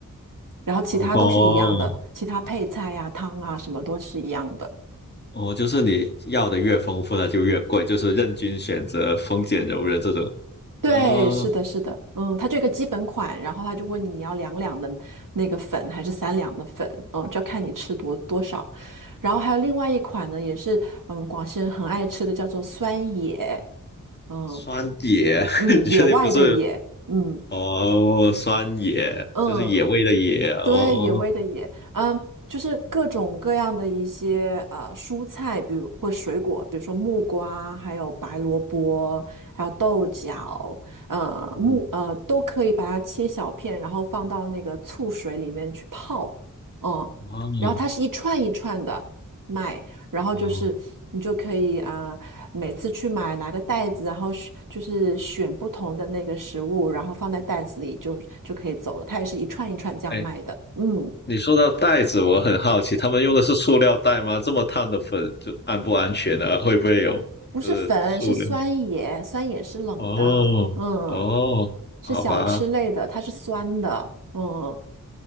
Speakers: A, on the right; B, on the left.
A: 然后其他都是一样的，
B: 哦
A: 其他配菜呀、汤啊什么都是一样的。
B: 哦，就是你要的越丰富，它就越贵，就是任君选择，丰俭由人这种。
A: 对，
B: 嗯、
A: 是的，是的，嗯，它这个基本款，然后他就问你你要两两的那个粉还是三两的粉，嗯，就要看你吃多多少。然后还有另外一款呢，也是嗯广西人很爱吃的，叫做酸野，嗯
B: 酸野，
A: 嗯，
B: <laughs> 你确定不是？
A: 野外的野，嗯。
B: 哦，酸野就是野味的野。
A: 嗯，
B: 哦，
A: 对，野味的野，嗯，就是各种各样的一些呃蔬菜，比如或水果，比如说木瓜，还有白萝卜，还有豆角，呃木呃都可以把它切小片，
B: 嗯，
A: 然后放到那个醋水里面去泡，嗯，
B: 哦
A: 然后它是一串一串的卖，然后就是你就可以啊、
B: 哦，
A: 每次去买拿个袋子，然后选就是选不同的那个食物，然后放在袋子里就就可以走了。它也是一串一串这样卖的，
B: 哎。
A: 嗯，
B: 你说到袋子，我很好奇，他们用的是塑料袋吗？这么烫的粉，就安不安全呢？会不会有就是塑料？
A: 不是粉，是酸野，酸野是冷的，
B: 哦哦，
A: 嗯，是小吃类的，
B: 好吧。
A: 它是酸的，嗯，